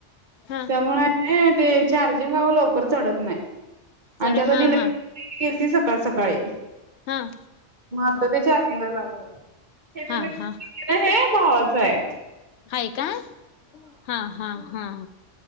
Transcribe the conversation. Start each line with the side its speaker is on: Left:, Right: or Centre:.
Left: हा
Right: त्यामुळे ते चार्जिंग हवं लवकर चढत नाही.
Left: चढ
Right: आणि त्यात
Left: हा
Right: ल गेली
Left: हा
Right: त सकाळ सकाळी
Left: हां.
Right: म आता तेच्या रंगा लावलं हे
Left: हा
Right: तुम्ही
Left: हा
Right: हे भावाचं आहे.
Left: हा का हा हा हा.